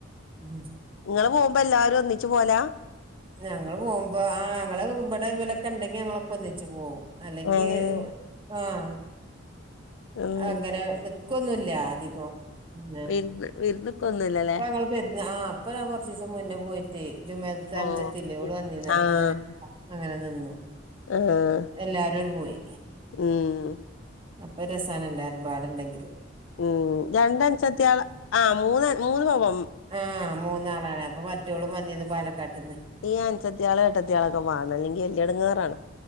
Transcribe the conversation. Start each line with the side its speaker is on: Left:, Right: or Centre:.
Right: ഉം
Left: ങ്ങള് പോവുമ്പോ എല്ലാരും ഒന്നിച്ച് പോവല?
Right: ഞങ്ങൾ പോവുമ്പോ ആഹ് ങ്ങള് ഇവടെ ഇവലൊക്കെ ണ്ടെങ്കി ഞങ്ങളൊക്കെ ഒന്നിച്ച് പോകും അല്ലെങ്കി
Left: ഏഹ്
Right: ആഹ്,
Left: ഉം
Right: അങ്ങനെ നിക്കൊന്നുല്ല അധികം. പിന്നെ
Left: വിര്‌ന്ന്‌ വിരുന്ന് ക്കൊന്നുല്ലലെ
Right: ഇപ്പൊ ങ്ങങ്ങള് പെരുന്ന ആ അപ്പൊ ഞാൻ കുറച്ച് ദിവസം മുന്നേ പോയിട്ടയ് ജുമൈ ത
Left: ഓഹ്
Right: അഞ്ചത്തില്ലെ ഓള് വന്നിന്ന് അപ്പൊ
Left: ആഹ്
Right: അങ്ങനെ അങ്ങനെ നിന്നു.
Left: ആഹ്
Right: എല്ലാരും അട് പോയി
Left: ഉം
Right: അപ്പൊ രസാണ് എല്ലാരുംപാടെണ്ടെങ്കില്.
Left: ഉം, രണ്ടൻസത്തിയാള ആ മൂന്ന് അൻ മൂന്ന് പെൺമ
Right: ആഹ്, മൂന്നാളാണ് അപ്പൊ മറ്റോളും വന്നിന്ന് പാലക്കാട്ട്ന്ന്.
Left: ഈ അൻസത്തിയാള് എട്ടത്തിയാളൊക്കെ വാണം. ഇല്ലെങ്കി വല്ല്യടങ്ങേറാണ്.